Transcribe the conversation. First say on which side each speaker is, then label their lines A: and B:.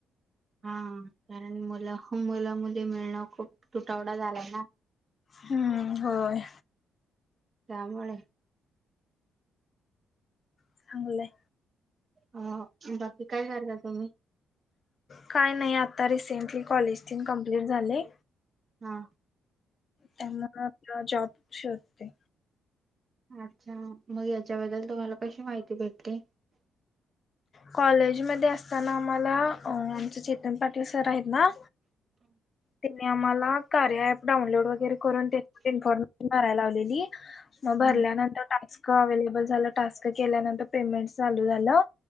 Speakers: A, on the right (about 40°); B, on the left (about 45°).
A: हा कारण मुलं मुला मु मिळणं, खूप तुटवडा झालाय ना.
B: हम्म होय.
A: त्यामुळे.
B: चांगलंय.
A: ह बाकी काय करता तुम्ही.
B: काय नाही आता रिसेंटली कॉलेज कमप्लीट झालय.
A: हा.
B: त्यामुळे आपला जॉब शोधते.
A: अच्छा मग याच्याबद्दल तुम्हाला कशी माहिती भेटते.
B: कॉलेजमध्ये असताना आम्हाला अ चेतन पाटील सर आहेत, ना त्यानी आम्हाला कार्य अँप. डाऊनलोड वगैरे करून, इन्फॉर्मेशन भरायला लावलेली, मग
A: हम्म.
B: भरल्यानंतर टास्क. अवेलेबल झालं टास्क केल्यानंतर पेमेंट चालू झालं.